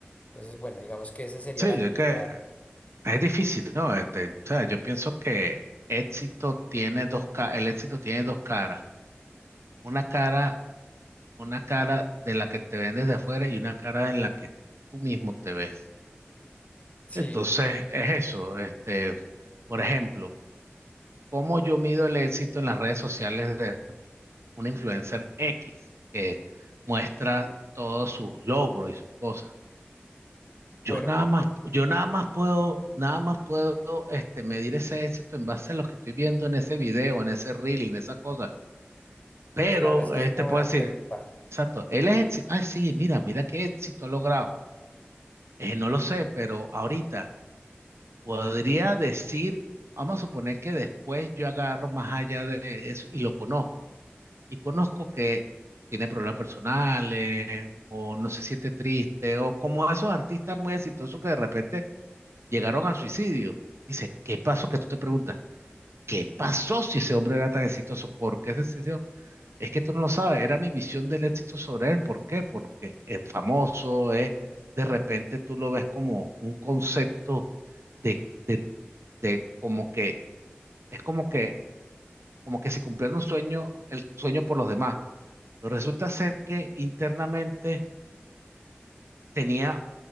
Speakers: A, on the left (about 30°); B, on the right (about 85°).
A: Entonces, bueno, digamos que esa sería
B: Sí,
A: la segunda
B: es que
A: área
B: es difícil, ¿no? Este, o sea, yo pienso que éxito tiene dos, ca- el éxito tiene dos caras. Una cara, una cara de la que te ven desde afuera y una cara en la que tú mismo te ves.
A: Sí,
B: Entonces, es eso. Este, por ejemplo, ¿cómo yo mido el éxito en las redes sociales una influencer X que muestra todos sus logros y sus cosas.
A: bueno,
B: Yo nada más, yo nada más puedo, nada más puedo este, medir ese éxito en base a lo que estoy viendo en ese video, en ese reel, en esa cosa. Pero
A: claro, esa
B: este
A: es una buena
B: puedo decir,
A: pregunta.
B: exacto, él es éxito. Ah, sí, mira, mira qué éxito ha logrado. Eh, no lo sé, pero ahorita podría decir, vamos a suponer que después yo agarro más allá de eso y lo conozco y conozco que tiene problemas personales o no se siente triste o como esos artistas muy exitosos que de repente llegaron al suicidio. Dice, ¿qué pasó? Que tú te preguntas, ¿qué pasó si ese hombre era tan exitoso? ¿Por qué se decidió? Es que tú no lo sabes, era mi visión del éxito sobre él. ¿Por qué? Porque es famoso, es, de repente tú lo ves como un concepto de, de como que, es como que, como que si cumplieran un sueño, el sueño por los demás. Pero resulta ser que internamente tenía,